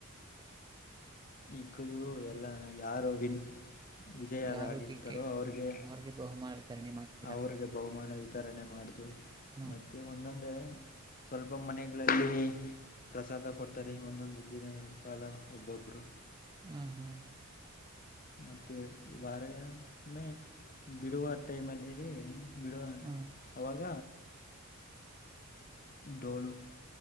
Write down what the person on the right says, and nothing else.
ಯಾರು ಗೆ
ಬಹುಮಾನ ವಿತರಣೆ ಮಾಡಿತೀವಿ
ಹಾ
ಹಾ ಹಾ
ಹಾ